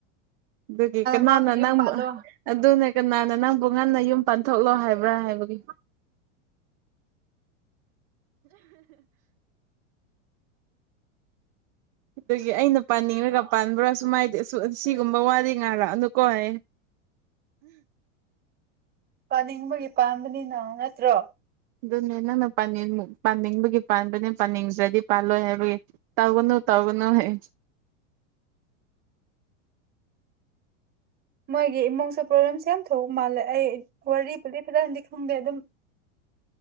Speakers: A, on the right (about 45°); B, on the right (about 25°).
A: ꯑꯗꯨꯒꯤ ꯀꯅꯥꯅ
B: ꯃꯥꯕꯨ ꯌꯨꯝ
A: ꯅꯪ
B: ꯄꯥꯜꯂꯣ
A: ꯑꯗꯨꯅꯦ ꯀꯅꯥꯅ ꯅꯪꯕꯨ ꯉꯟꯅ ꯌꯨꯝ ꯄꯥꯟꯊꯣꯛꯂꯣ ꯍꯥꯏꯕ꯭ꯔꯥ ꯍꯥꯏꯕꯒꯤ ꯑꯗꯒꯤ ꯑꯩꯅ ꯄꯥꯅꯤꯡꯉꯒ ꯄꯥꯟꯕ꯭ꯔꯥ ꯁꯨꯃꯥꯏꯗꯤꯦ ꯑꯁꯤꯒꯨꯝꯕ ꯋꯥꯗꯤ ꯉꯥꯏꯔꯛꯑꯅꯨꯀꯣ ꯍꯥꯏ
B: ꯄꯥꯅꯤꯡꯕꯒꯤ ꯄꯥꯝꯕꯅꯤꯅ ꯅꯠꯇ꯭ꯔꯣ
A: ꯑꯗꯨꯅꯦ ꯅꯪꯅꯅꯤꯡ ꯄꯥꯅꯤꯡꯕꯒꯤ ꯄꯥꯟꯕꯅꯦ ꯄꯥꯅꯤꯡꯗ꯭ꯔꯗꯤ ꯄꯥꯜꯂꯣꯏ ꯍꯥꯏꯕꯒꯤ ꯇꯧꯒꯅꯨ ꯇꯧꯒꯅꯨ ꯍꯥꯏ
B: ꯃꯥꯣꯏꯒꯤ ꯏꯃꯨꯡꯁ꯭ꯔꯣꯕ꯭ꯂꯦꯝꯁ ꯊꯣꯛ ꯃꯥꯜꯂꯦ ꯑꯩ ꯋꯥꯔꯤ ꯈꯤꯇꯅꯗꯤ ꯈꯨꯝꯗꯦ ꯑꯗꯨꯝ